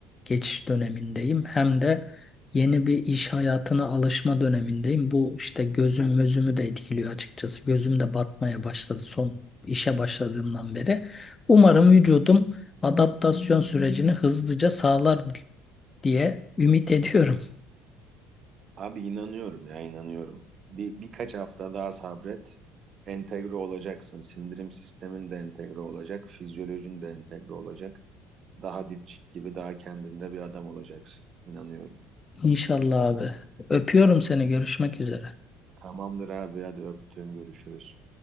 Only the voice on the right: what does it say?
Abi inanıyorum ya inanıyorum. Bir, birkaç hafta daha sabret. Entegre olacaksın. Sindirim sistemin de entegre olacak. Fizyolojin de entegre olacak. Daha dipçik gibi daha kendinde bir adam olacaksın. İnanıyorum.
Tamamdır abi hadi öptüğüm görüşürüz.